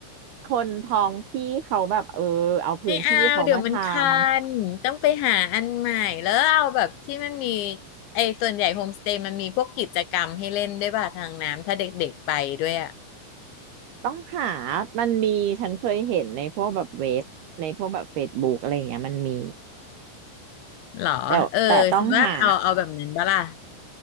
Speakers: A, on the right; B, on the left.
A: คนท้องที่เขาแบบเออเอาพื้นที่เขามาทำ
B: ไม่เอาเดี๋ยวมันคันต้องไปหาอันใหม่แล้วเอาแบบที่มันมีไอ้ส่วนใหญ่โฮมสเตย์มันมีพวกกิจกรรมให้เล่นด้วยป่ะทางน้ำถ้าเด็กๆไปด้วยอ่ะ
A: ต้องหามันมีฉันเคยเห็นในพวกแบบเว็บในพวกแบบเฟซบุ๊กอะไรอย่างเงี้ยมันมี
B: หรอเออคิดว่าเอาเอาแบบนั้นบ้าล่ะ
A: แต่แต่ต้องหา